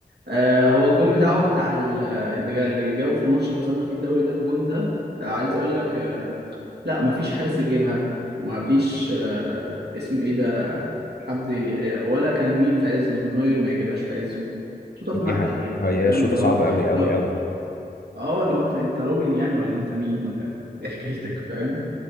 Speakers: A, on the right; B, on the left.
A: آه هو الجون بتاعه بتاع ال- اللي جا- اللي جابه في الماتش اللي حسبنا فيه الدوري ده الجون ده آه عايز اقول لك آه لا مفيش حارس يجيبها مفيش آه اسمه ايه حد ي- ولا كان مين في عزه مثلا نوير ما يجيبهاش في عزه شوطه
B: دي
A: في مقتل
B: حقيقة
A: يعني
B: هي
A: فاهم
B: الشوطه
A: اللي
B: صعبه
A: هو
B: قوي قوي
A: اللي هو
B: قوي
A: اه اللي هو انت انت روبن يعني ولا انت مين ولا ايه حكايتك فاهم